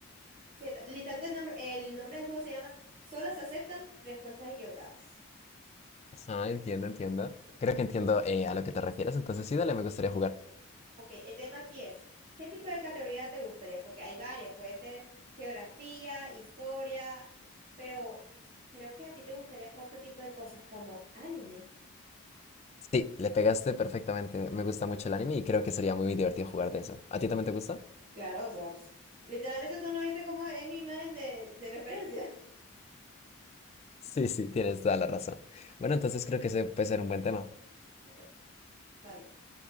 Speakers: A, on the right; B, on the left.
A: O sea, se- literalmente el nombre, el nombre del juego se llama Solo se aceptan respuestas equivocadas.
B: Ajá, entiendo, entiendo. Creo que entiendo eh, a lo que te refieres, entonces sí, dale, me gustaría jugar.
A: Ok, el tema aquí es, ¿qué tipo de categoría te gustaría? Porque hay varias, puede ser geografía, historia, pero creo que a ti te gustaría otro tipo de cosas como anime.
B: Sí, le pegaste perfectamente. Me gusta mucho el anime y creo que sería muy divertido jugar de eso. ¿A ti también te gusta?
A: Claro, o sea, ps, literalmente tú no viste cómo es mi imagen de, de referencia. <laughs>
B: Sí, sí, tienes toda la razón. Bueno, entonces creo que ese puede ser un buen tema.
A: Ok, vale.